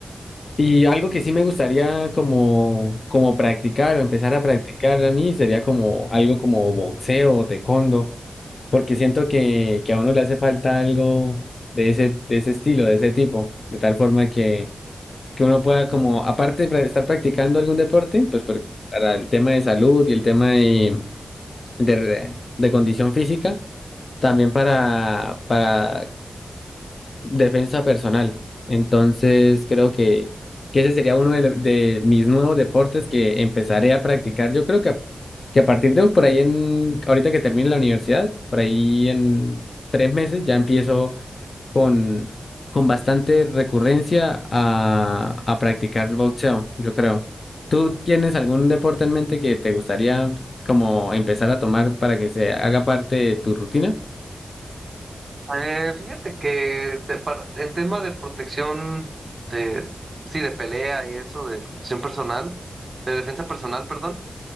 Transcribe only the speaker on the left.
Y algo que sí me gustaría como, como practicar o empezar a practicar a mí sería como algo como boxeo o taekwondo, porque siento que, que a uno le hace falta algo de ese, de ese estilo, de ese tipo, de tal forma que, que uno pueda como, aparte de pra- estar practicando algún deporte, pues por- para el tema de salud y el tema de de, de condición física, también para, para defensa personal. Entonces, creo que, que ese sería uno de, lo- de mis nuevos deportes que empezaré a practicar. Yo creo que, a- que a partir de por ahí, en, ahorita que termine la universidad, por ahí en tres meses ya empiezo con, con bastante recurrencia a, a practicar boxeo, yo creo. ¿Tú tienes algún deporte en mente que te gustaría como empezar a tomar para que se haga parte de tu rutina?